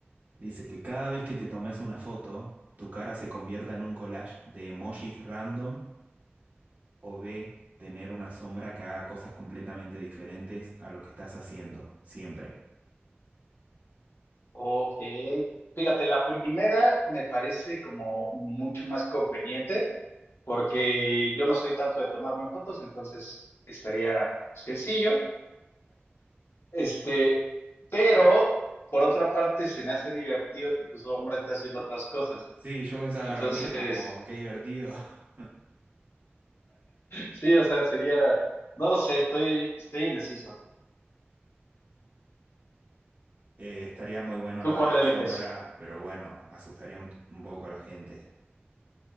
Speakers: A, on the right (about 45°); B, on the left (about 75°).
A: Dice que cada vez que te tomes una foto, tu cara se convierta en un collage de emojis random o B, tener una sombra que haga cosas completamente diferentes a lo que estás haciendo, siempre.
B: Ok. Fíjate, la primera me parece como mucho más conveniente porque yo no soy tanto de tomarme fotos, entonces estaría sencillo. Este, pero por otra parte se me hace divertido que tu sombra está haciendo otras cosas.
A: Sí, yo pensaba
B: Entonces,
A: lo mismo, como qué divertido. <laughs>
B: sí, o sea, sería, no lo sé, estoy, estoy indeciso.
A: Eh, estaría muy bueno
B: ¿Tú
A: lo de
B: cuál
A: la
B: eliges?
A: sombra, pero bueno, asustaría un, un poco a la gente.